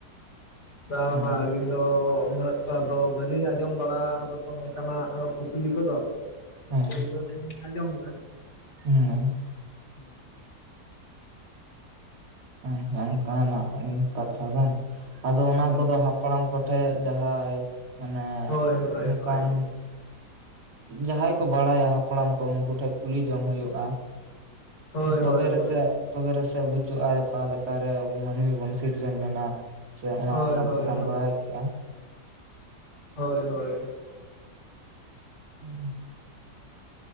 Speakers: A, on the left; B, on the right.
A: ᱵᱟᱝ
B: ᱦᱮᱸ
A: ᱵᱟᱝ ᱟᱹᱞᱤᱧ ᱟᱫᱚ ᱩᱱᱟᱹᱜᱴᱟ ᱟᱫᱚ ᱵᱟᱹᱞᱤᱧ ᱟᱸᱡᱚᱢ ᱵᱟᱲᱟ ᱟᱠᱟᱫᱟ ᱛᱚ ᱚᱱᱠᱟᱱᱟᱜ ᱠᱩᱠᱞᱤ ᱠᱚᱫᱚ ᱾ <unintelligible>
B: ᱦᱮᱸ
A: ᱟᱸᱡᱚᱢᱫᱟ ᱾
B: ᱦᱮᱸ ᱾
A: ᱦᱩᱸ ᱾
B: ᱦᱮ ᱚᱱᱠᱟᱱᱟᱜ ᱠᱟᱛᱷᱟ ᱵᱟᱝ ᱟᱫᱚ ᱚᱱᱟ
A: ᱦᱮᱸ
B: ᱠᱚᱫᱚ ᱦᱟᱯᱲᱟᱢ ᱠᱚ ᱴᱷᱮᱡ ᱡᱟᱦᱟᱸᱭ ᱢᱟᱱᱮ
A: ᱦᱳᱭ ᱦᱳᱭ
B: ᱚᱱᱠᱟᱱ
A: ᱦᱳᱭ
B: ᱡᱟᱦᱟᱸᱭ ᱠᱚ ᱵᱟᱲᱟᱭᱟ ᱦᱟᱯᱲᱟᱢ ᱠᱚ ᱩᱱᱠᱩ ᱴᱷᱮᱡ ᱠᱩᱞᱤ ᱡᱚᱝ ᱦᱩᱭᱩᱜᱼᱟ
A: ᱦᱳᱭ ᱦᱳᱭ
B: ᱛᱚᱵᱮ
A: ᱦᱳᱭ
B: ᱨᱮᱥᱮ
A: ᱦᱳᱭ
B: ᱛᱚᱵᱮ ᱨᱮ ᱥᱮ ᱵᱩᱡᱩ-ᱟ ᱚᱠᱟ ᱞᱮᱠᱟᱨᱮ ᱟᱵᱩ ᱢᱟᱹᱱᱢᱤ ᱵᱚᱱ ᱥᱤᱨᱡᱚᱱ ᱞᱮᱱᱟ ᱥᱮ ᱚᱱᱟ
A: ᱦᱳᱭ
B: <inaudible> ᱵᱟᱲᱟᱭ ᱠᱮᱜᱼᱟ ᱾
A: ᱦᱳᱭ ᱦᱳᱭ ᱾
B: <inaudible>